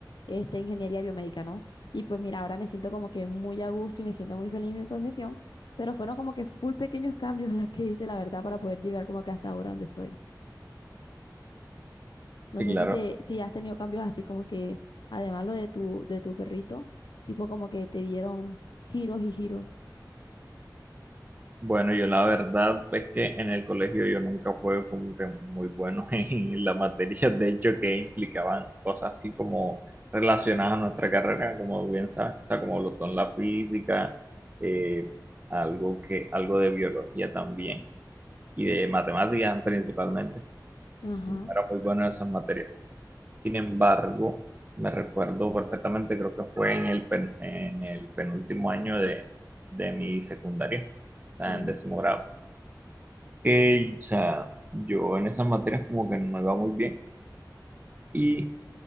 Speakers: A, on the left; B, on the right.
A: este, ingeniería biomédica, ¿no? Y pues mira, ahora me siento como que muy a gusto y me siento muy feliz en mi profesión, pero fueron como que full pequeños cambios <laughs> los que hice, la verdad, para poder llegar como que hasta ahora donde estoy. No
B: sí,
A: sé
B: claro.
A: si te, si has tenido cambios así como que, además lo de tu, de tu perrito, tipo como que te dieron giros y giros.
B: Bueno, yo la verdad es que en el colegio yo nunca fue como que muy bueno <laughs> en las materias, de hecho, que implicaban cosas así como relacionadas a nuestra carrera, como bien sabes, o sea, como lo son la física, eh, algo que, algo de biología también, y de matemáticas principalmente.
A: Ajá,
B: No era muy bueno en esas materias. Sin embargo, me recuerdo perfectamente, creo que fue en el, pen- en el penúltimo año de, de mi secundaria, o
A: sí,
B: sea, en décimo grado, que o sea, yo en esas materias como que no me iba muy bien y